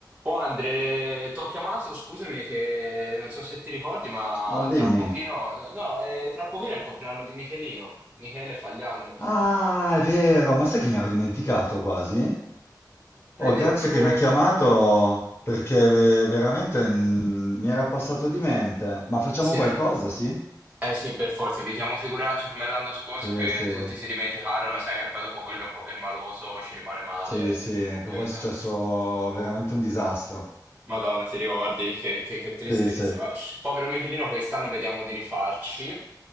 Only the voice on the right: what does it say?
Oh Andre, ti ho chiamato, scusami che non so se ti ricordi, ma
tra pochino, no, eh, tra pochino è il compleanno di Michelino. Michele fa gli anni.
Ed
è proprio...
Sì.
Eh sì, per forza, evitiamo figuracce come l'anno scorso
che
tutti si dimenticarono, sai che poi dopo quello un po' permaloso ci rimane male.
Evitiamo.
Madonna, ti ricordi? Che, che- che tristezza.
Ma- Povero Michelino, quest'anno vediamo di rifarci.